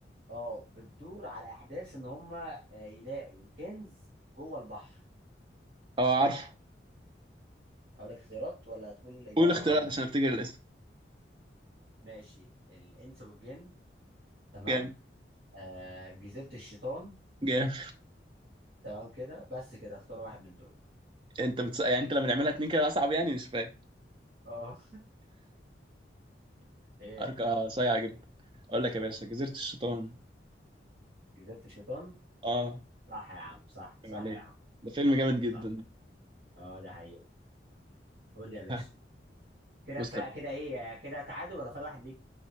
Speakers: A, on the right; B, on the right.
A: اه بتدور على احداث ان هم يلاقوا كنز جوه البحر
B: اه عارف
A: اقول لك اختيارات ولا هتقول الاجابه
B: قول
A: على
B: اختيارات
A: طول
B: عشان افتكر الاسم
A: ماشي الانس والجن تمام
B: جامد
A: آه جزيرة الشيطان
B: جامد
A: تمام كده بس كده اختار واحد من دول
B: <laughs> انت بتس... يعني انت لما تعملها اتنين كده اصعب يعني مش فاهم
A: اه ايه
B: حركه صايعه جدا اقول لك يا باشا جزيره الشيطان
A: جزيرة الشيطان
B: اه
A: صح يا عم صح
B: فاهم
A: صح
B: عليه
A: يا عم
B: ده فيلم جامد جدا
A: صح اه ده حقيقة قول لي يا باشا
B: <laughs>
A: كده
B: بص
A: فا
B: طب
A: كده ايه كده تعادل ولا فرق واحد ليك